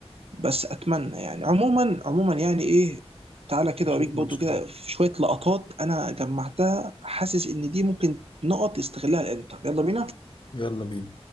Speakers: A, on the right (about 65°); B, on the left (about 50°).
A: بس اتمنى يعني عموما عموما يعني ايه تعالى كده
B: نشوف
A: اوريك برضه
B: ماتش
A: كده
B: حلو
A: في شويه لقطات انا جمعتها حاسس ان دي ممكن نقط يستغلها الانتر يلا بينا
B: يلا بينا